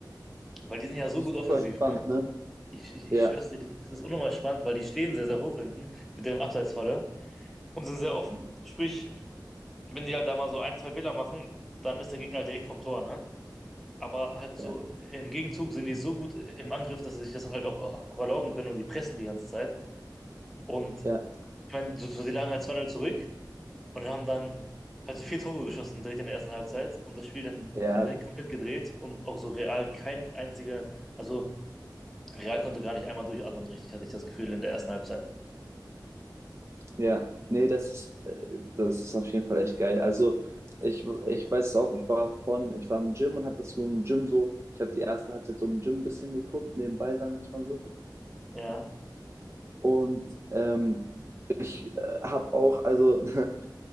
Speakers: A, in the centre; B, on the right.
A: weil die sind ja so
B: Super
A: gut offensiv,
B: spannend,
A: ne?
B: ne?
A: Ich, ich, ich
B: Ja,
A: schwör's dir, die- das ist unnormal spannend, weil die stehen sehr, sehr hoch hinten mit deren Abseitsfalle und sind sehr offen. Sprich, wenn die halt da mal so ein, zwei Fehler machen, dann ist der Gegner halt direkt vom Tor, ne? Aber halt so,
B: ja,
A: im Gegenzug sind die so gut im Angriff, dass sie sich das halt auch, auch erlauben können und die pressen die ganze Zeit. Und ich
B: ja,
A: meine, so, so die lagen halt zwei 0 zurück und haben dann halt so vier Tore geschossen direkt in der ersten Halbzeit und das Spiel dann,
B: ja,
A: dann direkt komplett gedreht und auch so Real kein einziger, also Real konnte gar nicht einmal durchatmen, richtig, hatte ich das Gefühl in der ersten Halbzeit.
B: ja. Nee, das ist, äh, das ist auf jeden Fall echt geil. Also, ich, ich weiß es auch, ich war von, ich war im Gym und hab das so im Gym so, ich habe die erste Halbzeit so im Gym ein bisschen geguckt, nebenbei, sagen wir es mal so.
A: Ja,
B: Und ähm, ich äh, habe auch, also <laughs>